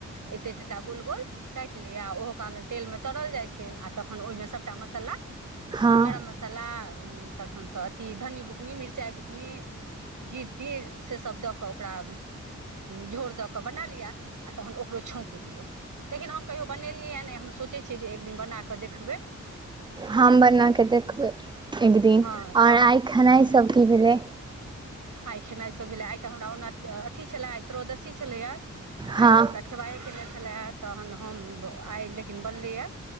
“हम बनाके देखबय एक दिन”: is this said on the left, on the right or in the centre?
Right